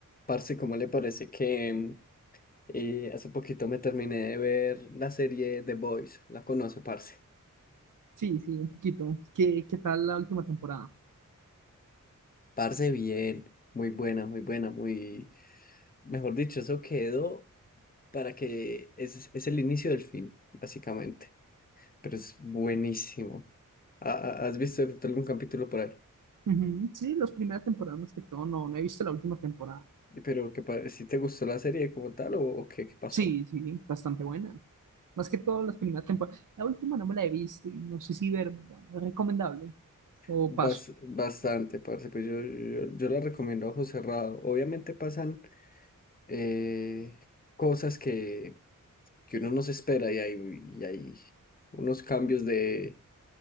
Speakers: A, on the left; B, on the right.
A: Parce, ¿cómo le parece que mm, eh, hace poquito me terminé de ver la serie The Boys? ¿La conoce, parce?
B: Sí, sí, un poquito. ¿Qué, qué tal la última temporada?
A: Parce, bien, muy buena, muy buena, muy... Mejor dicho, eso quedó para que... Es, es el inicio del fin, básicamente. Pero es buenísimo. ¿Ha- ha- ¿Has visto de pronto algún capítulo por ahí?
B: Ujú, Sí, las primeras temporadas más que todo, no, no he visto la última temporada.
A: Pero que pa- si te gustó la serie como tal o, o qué, qué pasó?
B: Sí, sí, bastante buena. Más que todo las primeras temporadas. La última no me la he visto y no sé si vérmela. ¿Es ¿Recomendable? ¿O
A: Bas-
B: paso?
A: bastante, parce, pues yo, yo, yo la recomiendo a ojo cerrado. Obviamente pasan eh, cosas que, que uno no se espera y hay, y hay unos cambios de,